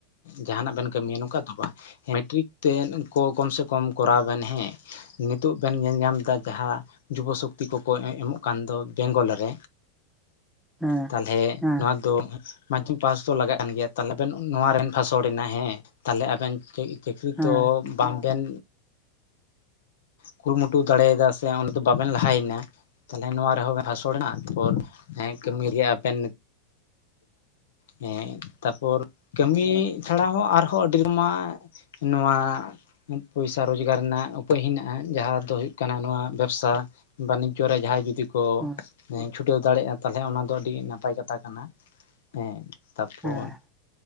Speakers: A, on the left; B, in the centre.
A: ᱡᱟᱦᱟᱸᱱᱟᱜ ᱵᱮᱱ ᱠᱟᱹᱢᱤᱭᱟ ᱱᱚᱝᱠᱟ ᱫᱚ ᱵᱟᱝ ᱢᱮᱴᱨᱤᱠ ᱛᱮᱫ ᱠᱚ ᱠᱚᱢ ᱥᱮ ᱠᱚᱢ ᱠᱚᱨᱟᱣ ᱵᱮᱱ ᱦᱮᱸ ᱱᱤᱛᱚᱜ ᱵᱮᱱ ᱧᱮᱞ ᱧᱟᱢ ᱮᱫᱟ ᱡᱟᱦᱟᱸ ᱡᱩᱵᱚ ᱥᱚᱠᱛᱤ ᱠᱚ ᱠᱚ ᱮᱢᱚᱜ ᱠᱟᱱ ᱫᱚ ᱵᱮᱝᱜᱚᱞ ᱨᱮ
B: ᱦᱮᱸ
A: ᱛᱟᱦᱞᱮ
B: ᱦᱮᱸ
A: ᱱᱚᱣᱟ
B: ᱦᱮᱸ
A: ᱫᱚ ᱯᱟᱸᱪᱤ ᱯᱟᱥ ᱫᱚ ᱞᱟᱜᱟᱜ ᱠᱟᱱ ᱜᱮᱭᱟ ᱛᱟᱦᱚᱞᱮ ᱵᱮᱱ ᱱᱚᱣᱟᱱ ᱯᱷᱟᱥᱚᱲᱮᱱᱟ ᱦᱮᱸ ᱛᱟᱦᱚᱞᱮ ᱟᱵᱮᱱ ᱪᱟᱹᱠᱨᱤ
B: ᱦᱮᱸ
A: ᱛᱚ ᱵᱟᱝ ᱵᱮᱱ ᱠᱩᱨᱩᱢᱩᱴᱩ ᱫᱟᱲᱮᱭᱟᱫᱟ ᱥᱮ ᱚᱱᱟ ᱫᱚ ᱵᱟᱵᱮᱱ ᱞᱟᱦᱟᱭᱮᱱᱟ ᱛᱟᱦᱞᱮ ᱱᱚᱣᱟ ᱨᱮ ᱦᱚᱸ ᱵᱮᱱ ᱯᱷᱟᱥᱚᱞᱮ ᱮᱱᱟ ᱛᱟᱯᱚᱨ ᱠᱟᱹᱢᱤ ᱨᱮᱭᱟᱜ ᱟᱵᱮᱱ ᱦᱮ ᱛᱟᱯᱚᱨ ᱠᱟᱹᱢᱤ ᱪᱷᱟᱲᱟ ᱦᱚᱸ ᱟᱨᱦᱚᱸ ᱟᱹᱰᱤ ᱨᱮᱢᱟ ᱱᱚᱣᱟ ᱯᱚᱭᱥᱟ ᱨᱳᱡᱽᱜᱟᱨ ᱨᱮᱱᱟᱜ ᱩᱯᱟᱹᱭ ᱦᱮᱱᱟᱜᱼᱟ ᱡᱟᱦᱟᱸ ᱫᱚ ᱦᱩᱭᱩᱜ ᱠᱟᱱᱟ ᱱᱚᱣᱟ ᱵᱮᱵᱽᱥᱟ ᱵᱟᱱᱤᱡᱽᱡᱚ ᱨᱮ ᱡᱟᱦᱟᱸᱭ ᱡᱩᱫᱤ ᱠᱚ
B: ᱦᱮᱸ
A: ᱪᱷᱩᱴᱟᱹᱣ ᱫᱟᱲᱮᱭᱟᱜᱼᱟ ᱛᱟᱦᱚᱞᱮ ᱚᱱᱟ ᱫᱚ ᱟᱹᱰᱤ ᱱᱟᱯᱟᱭ ᱠᱟᱛᱷᱟ ᱠᱟᱱᱟ ᱦᱮᱸ ᱛᱟᱯᱚᱨ
B: ᱦᱮᱸ